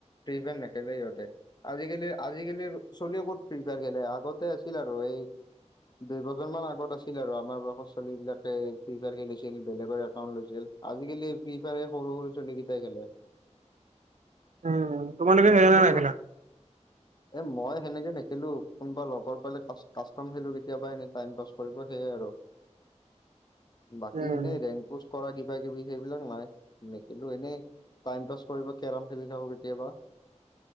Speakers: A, on the left (about 35°); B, on the right (about 85°).
A: ফ্ৰী ফাইৰ নেখেলে ইহঁতে। আজিকালি আজিকালিৰ চলি ক'ত ফ্ৰী ফায়াৰ খেলে আগতে আছিল আৰু এই দুই বছৰমান আগত আছিল আৰু আমাৰ বয়সৰ ছোৱালী বিলাকে ফ্ৰী ফায়াৰ খেলিছিল বেলেগৰ একাউণ্ট লৈছিল। আজিকালি ফ্ৰী ফায়াৰে সৰু - সৰু ছোৱলীকেইটাই খেলে।
B: উম, তোমালোকে
A: সেইটো
B: খেলা
A: কোনবা
B: <inaudible>
A: এ মই সেনেকে নেখেলো কোনোবা লগৰ পালে কাষ্টম খেলো কেতিয়াবা এনে টাইম পাছ কৰিব সেয়াই আৰু বাকী
B: উম,
A: এনেই ৰেং পোচ কৰা কিব কিবা কিবি সেইবিলাক নাই নেখেলো এনেই টাইম পাছ কৰিব কেৰম খেলি থাকো কেতিয়াবা।